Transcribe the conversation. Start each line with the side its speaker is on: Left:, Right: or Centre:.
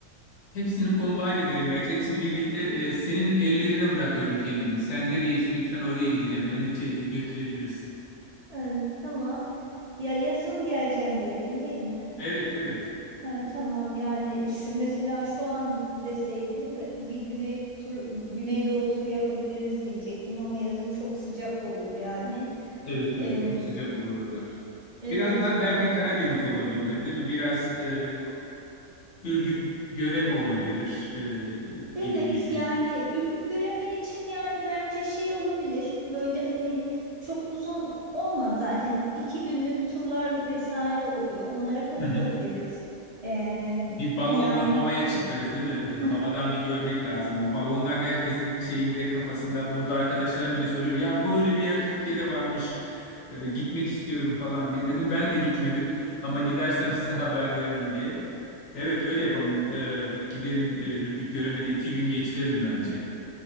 Left: Hepsini combine edelim bence. Hepsini birlikte e, senin ellerine bırakıyorum kendimi. Sen nereye istiyorsan oraya gideceğim. Beni e, götürebilirsin.
Right: Ee, tamam. Ya yazın geleceğim dedin değil mi?
Left: Evet, evet.
Right: Ha, tamam yani şu, mesela şu an deseydin be- bir güney tur, güneydoğu turu yapabiliriz diyecektim ama yazın çok sıcak olur yani.
Left: Evet, evet.
Right: Ee,
Left: Çok sıcak olur oralar.
Right: evet.
Left: Biraz daha belki Karadeniz olabilir, değil mi? Biraz e, Ürgüp, Göreme olabilir e,
Right: Evet
Left: gibi geliyor.
Right: yani ürküp göremen için yani bence şey olabilir böyle hani çok uzun olmaz zaten iki günlük turlar vesaire oluyor onlara katılabiliriz
Left: Hı hı.
Right: Ee,
Left: Bir balonla
Right: yani
Left: havaya çıkarız, değil mi? E, havadan
Right: <laughs>
Left: bir görmek lazım. O balonlar herkesin şeyinde, kafasında. Burada arkadaşlarım bile soruyor. Ya böyle bir yer Türkiye'de varmış. E, gitmek istiyorum falan diye. Dedim ben de gitmedim ama gidersem size haber veririm diye. Evet öyle yapalım. E, bir gidelim e, Ürgüp Göreme'de iki gün geçirelim bence.